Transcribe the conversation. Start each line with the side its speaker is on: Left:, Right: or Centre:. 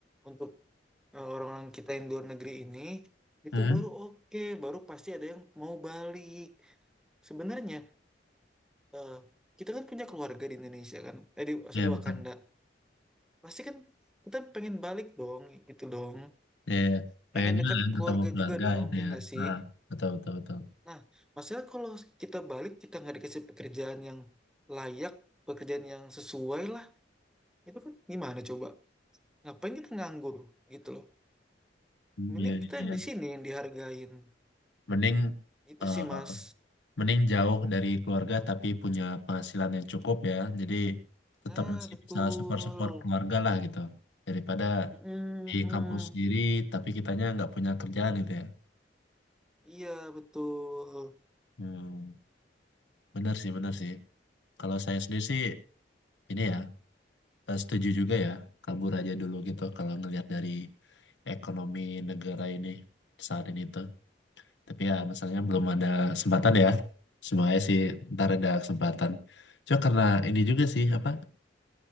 Centre: untuk eh, orang-orang kita yang di luar negeri ini, itu
Left: Hmm?
Centre: baru oke, baru pasti ada yang mau balik. Sebenarnya eh, kita kan punya keluarga di Indonesia kan, eh, di, sorry,
Left: Ya
Centre: di
Left: betul.
Centre: Wakanda. Pasti kan kita pengen balik dong, gitu dong.
Left: Ya, ya. Pengennya
Centre: Pengen dekat
Left: kan
Centre: keluarga
Left: ketemu keluarga
Centre: juga dong,
Left: itu
Centre: ya
Left: ya.
Centre: nggak sih?
Left: Nah, betul betul betul.
Centre: Nah, masalah kalau kita balik, kita nggak dikasih pekerjaan yang layak, pekerjaan yang sesuai lah, itu kan gimana coba? Ngapain kita nganggur gitu loh.
Left: Hmm,
Centre: Mending
Left: Iya iya
Centre: kita
Left: iya.
Centre: di sini yang dihargain.
Left: Mending
Centre: Itu
Left: eh,
Centre: sih, Mas.
Left: Mending jauh dari keluarga tapi punya penghasilan yang cukup ya. Jadi tetap
Centre: Nah,
Left: masih
Centre: betul.
Left: bisa support-support keluarga lah gitu. Daripada
Centre: Mhm.
Left: di kampus sendiri tapi kitanya nggak punya kerjaan gitu ya.
Centre: Iya, betul.
Left: Hmm, bener sih, bener sih. Kalau saya sendiri sih ini ya eh, setuju juga ya. Kabur aja dulu gitu kalau ngelihat dari ekonomi negara ini saat ini tuh. Tapi ya masalahnya belum ada kesempatan ya. Semuanya sih ntar ada kesempatan. Cuma karena ini juga sih apa